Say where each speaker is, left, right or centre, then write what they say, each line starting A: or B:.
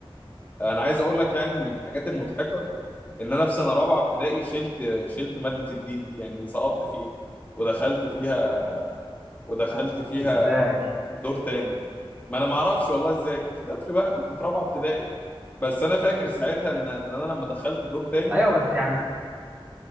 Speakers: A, on the left; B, on the right.
A: انا عايز اقول لك يعني من الحاجات المضحكه ان انا في سنه رابعه ابتدائي شلت شلت ماده الدين دي يعني سقطت فيها ودخلت فيها ودخلت فيها
B: ازاي
A: دور تاني ما انا ما اعرفش والله ازاي كنت طفل بقى كنت في رابعه ابتدائي بس انا فاكر ساعتها ان ان انا لما دخلت دور تاني
B: ايوه بس يعني